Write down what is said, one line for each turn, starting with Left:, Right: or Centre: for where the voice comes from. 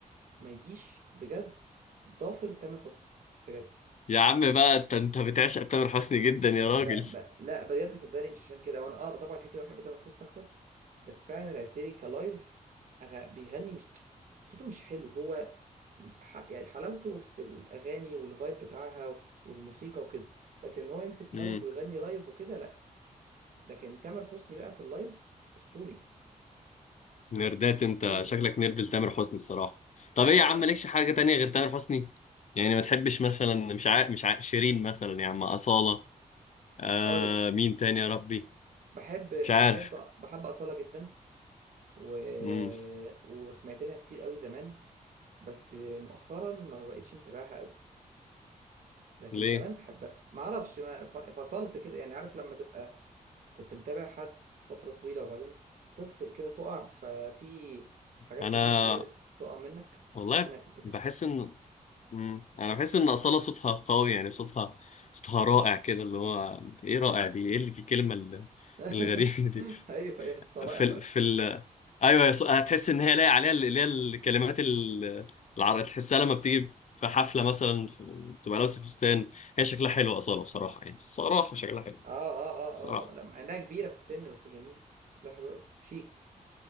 Right: ما يجيش بجد ضافر تامر حسني بجد
Left: يا عم بقى انت انت بتعشق تامر حسني جدا يا راجل
Right: لا ما لا بجد صدقني مش عشان كده وانا اه طبعا كده كده بحب تامر حسني اكتر بس فعلا العسيري كلايف أغ... بيغني مش صوته مش حلو هو ح... يعني حلاوته في الاغاني والفايب بتاعها والموسيقى وكده لكن هو يمسك مايك
Left: امم
Right: ويغني لايف وكده لا لكن تامر حسني بقى في اللايف اسطوري
Left: نردات
Right: اسطوري
Left: انت شكلك نرد لتامر حسني الصراحه طب
Right: اه
Left: ايه يا
Right: لا
Left: عم
Right: ده
Left: مالكش حاجه تانية غير تامر حسني يعني ما تحبش مثلا مش عارف مش عارف شيرين مثلا يا عم اصاله آه
Right: هقول لك
Left: مين تاني يا ربي
Right: بحب
Left: مش عارف
Right: بحب بحب أصالة جدا و...
Left: امم
Right: وسمعت لها كتير قوي زمان بس مؤخرا ما بقتش متابعها قوي لكن
Left: ليه
Right: زمان بحبها ما اعرفش ما ف- فصلت كده يعني عارف لما تبقى كنت متابع حد فترة طويلة وبعدين تفصل كده تقع ففي حاجات
Left: انا
Right: كتير تقع منك
Left: والله
Right: انا كنت كده
Left: بحس ان امم انا بحس ان اصاله صوتها قوي يعني صوتها صوتها رائع كده اللي هو ايه رائع دي ايه اللي في الكلمه ال-
Right: <laughs>
Left: الغريبه دي
Right: ايوه يا اسطى رائع
Left: في
Right: فعلا
Left: ال... في ال... ايوه يص... هتحس ان هي لايق عليها اللي اللي هي الكلمات ال- العربية تحسها لما بتيجي في حفله مثلا في- بتبقى لابسه فستان هي شكلها حلو اصاله بصراحه يعني الصراحه شكلها حلو
Right: اه اه اه
Left: الصراحه
Right: اه آه. لا مع انها كبيرة في السن بس جميلة شكلها حلو قوي شيك